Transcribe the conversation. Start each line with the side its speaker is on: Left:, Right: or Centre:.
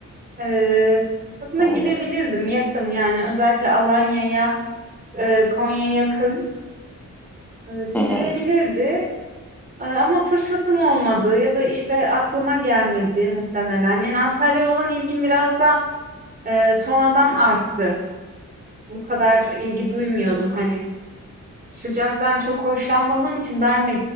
Right: Eee, aslında
Centre: Hı
Right: gidebilirdim
Centre: hı,
Right: yakın yani özellikle Alanya'ya, eee, Konya yakın eee, gidilebilirdi.
Centre: hı hı,
Right: Eee, ama fırsatım olmadı ya da işte aklıma gelmedi muhtemelen. Yani Antalya'ya olan ilgim biraz da eee, sonradan arttı. Bu kadar ilgi duymuyordum hani sıcaktan çok hoşlanmadığım için ben de